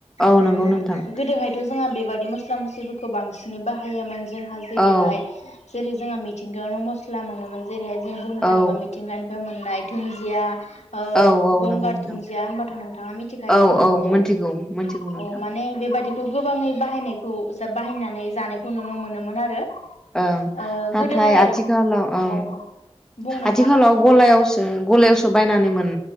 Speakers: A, in the centre; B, on the left.
A: औ
B: उम
A: नंगौ नोंथां
B: गोदोहायथ जोंहा बेबायादि मस्ला मस्लिफोरखौ बांसिनै बाहायोमोन। जों हा जेरैहाय
A: औ
B: जेरै जोंहा मिथिंगायावनो मस्ला मोनोमोन। जेरैहाय जों बुंनो थाङोबा
A: औ
B: मिथिंगानिफ्राय मोननाय दुनजिया ओ
A: औ औ
B: गंगार
A: नंगौ नोंथां
B: दुनजिया होनबा नोंथाङा मिथिखायो
A: औ
B: जानांगौ
A: औ मोनथिगौ मोनथिगौ नोंथां
B: औ माने बे बा बायदिखौ गोबाङै बाहायनायखौ बाहायनानै जानायखौ नुनो मोनोमोन आरो।
A: ओं
B: ओ
A: नाथाय
B: गोदोहाय आरो
A: आथिखालाव ओं
B: औ औ बुं नोंथां
A: आथिखालाव गलायावसो गलायावसो बायनानै मोन